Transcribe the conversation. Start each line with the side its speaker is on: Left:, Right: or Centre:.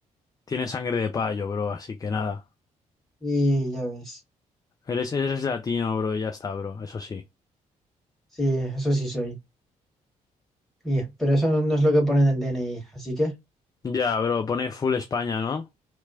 Left: tienes sangre de payo, bro, así que nada.
Centre: Y ya ves.
Left: Eres, eres latino, bro, y ya está, bro, eso sí.
Centre: Sí, eso sí soy. Y- pero eso no es lo que pone en el DNI, así que,
Left: Ya, bro, pone full España, ¿no?